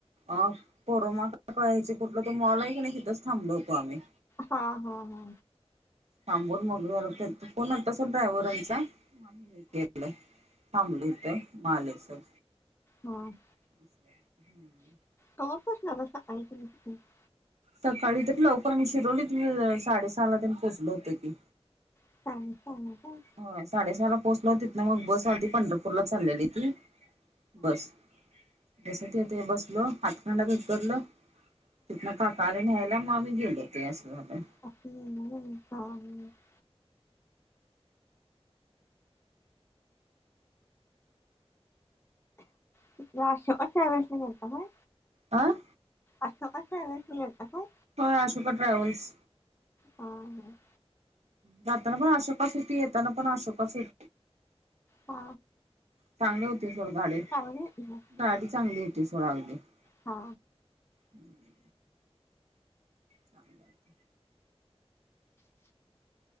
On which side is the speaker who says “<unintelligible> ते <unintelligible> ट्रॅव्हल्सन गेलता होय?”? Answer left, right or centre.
Left